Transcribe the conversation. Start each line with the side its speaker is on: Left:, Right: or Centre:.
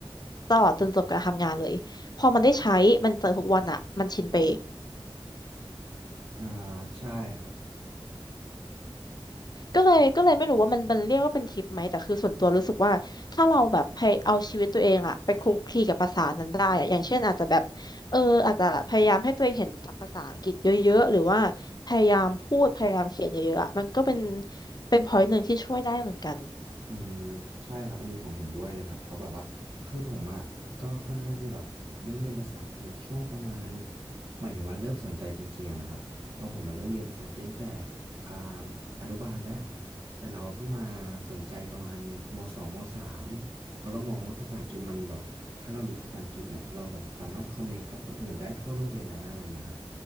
Left: ตลอดจนจบการทำงานเลยพอมันได้ใช้มันเจอทุกวันอ่ะมันชินไป
Right: อ่าใช่ครับ
Left: ก็เลยก็เลยไม่รู้ว่ามันมันเรียกว่าเป็นทิปไหมแต่คือส่วนตัวรู้สึกว่าถ้าเราแบบพยเอาชีวิตตัวเองอะไปคลุกคลีกับภาษานั้นได้อะอย่างเช่นอาจจะแบบเอออาจจะพยายามให้ตัวเองเห็นศัพท์ภาษาอังกฤษเยอะๆหรือว่าพยายามพูดพยายามเขียนเยอะๆอะมันก็เป็นเป็น p อย n ์หนึ่งที่ช่วยได้เหมือนกัน
Right: อืมใช่ครับอันนี้ผมเห็นด้วยเลยครับเพราะแบบว่าคือผมอ่ะก็ค่อนข้างที่จะแบบเริ่มเรียนภาษาอังกฤษช่วงประมาณหมายถึงว่าเริ่มสนใจจริงๆอะนะครับเพราะผมมาเริ่มเรียนภาษาอังกฤษตั้งแต่อ่าอนุบาลแล้วแต่เราเพิ่งมาสนใจประมาณมสองมสามเพราะเรามองว่าภาษาอังกฤษมันแบบถ้าเรารู้ภาษาอังกฤษเนี่ยเราแบบสามารถคอนเนคกับคนอื่นได้ทั่วโลกเลยนะอะไรเงี้ยครับ